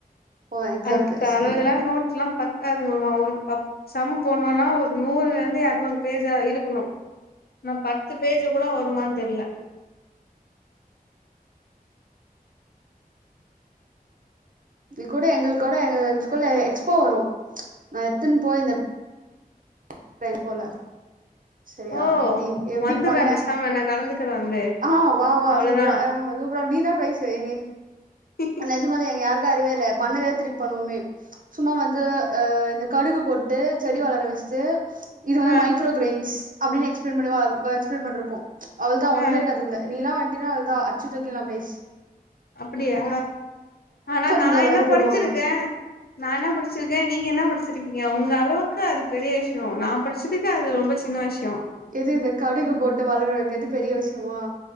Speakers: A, on the right; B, on the left.
A: போவே எக்ஸாம்க்கு
B: அந்த சம்
A: சரியா
B: கெல்லா நோட் லா பத் தாதுங்கம்மா ஒரு பத் சம் போட்ணுன்னா ஒரு நூறுல இருந்து எறநூறு பேஜா இருக்கணு ஆனா பத்து பேஜ் கூட வருமான்னு தெரில
A: நீ குடு எங்களுக்கு கூட எங்க எங்க ஸ்கூல்ல எக்ஸ்போ வரு நா எத்தன்னு போய் இந்த இந்த எக்ஸ்போல சரியா
B: ஓ
A: நீ எப்டி
B: வந்துடுறே
A: பண்ண
B: பேசாம நா கலந்துக்கிறே வந்து
A: ஆ வா வா
B: அவ்ளோதா
A: சூப்பரா ஆ சூப்பரா இருக்கு நீதா பிரைஸ் எங்க
B: ம் க்கும்
A: நெஜமாலே எங்கயாருக்கு அறிவே இல்ல பண்ணதே திருப்பி பண்ணுவமே சும்மா வந்து ஆ இந்த கடுகு போட்டு செடி வளர வச்ட்டு இது வந்து
B: ஆ
A: மைக்ரோ க்ரெய்ன்ஸ் அப்டின் எக்ஸ்ப்ளைன் பண்ணிவா வ எக்ஸ்ப்ளைன் பண்ட்ருப்போ அவள்தா ஒண்ணுமே
B: ஆ
A: இருக்காது அத்ல நீல்லா வன்ட்டீனா அவள்தா அட்ச்சு தூக்கிலா ப்ரைஸ்
B: அப்டியா ஆனா நா
A: இந்தியால
B: என்ன
A: வேற
B: படிச்சிருக்கே
A: போடுவாங்க
B: நா என்ன படிச்சிருக் கே நீங்க என்னா படிச்சிருக்கீங்க உங்களவுக்கு அது பெரிய விஷ்யோ நா படிச்சுதுக்கு அது ரொம்ப சின்ன விஷ்யோ
A: எது இந்த கடுகு போட்டு வளர வெக்கிற்து பெரிய விஷ்யமா